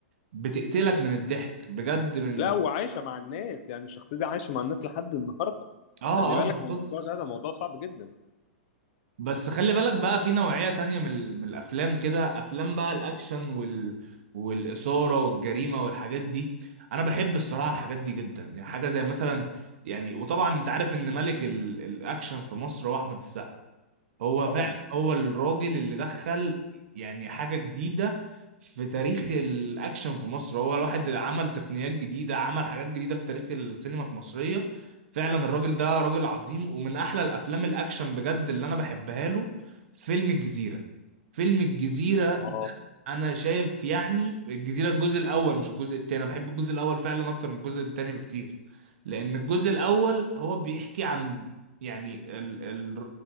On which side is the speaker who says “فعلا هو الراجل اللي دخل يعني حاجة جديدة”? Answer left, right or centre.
Right